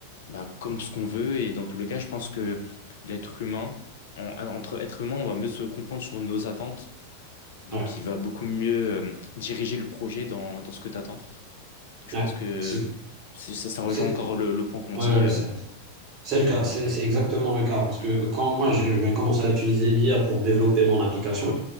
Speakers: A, on the left; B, on the right.
A: bah, comme ce qu'on veut. Et dans tous les cas, je pense que l'être humain, en- entre êtres humains, on va mieux se comprendre sur nos attentes. Donc,
B: Ouais,
A: il va beaucoup mieux euh, diriger le projet dans, dans ce que tu attends. Je
B: ouais.
A: pense que
B: C'est-
A: que c'est- ça, ça rejoint
B: c'est-
A: encore le, le point qu'on
B: Ouais,
A: dit.
B: ouais,
A: euh.
B: c'est c'est le cas, c'est c'est exactement le cas. Parce
A: Hmm.
B: que quand moi je vais commencer à utiliser l'IA pour développer mon application,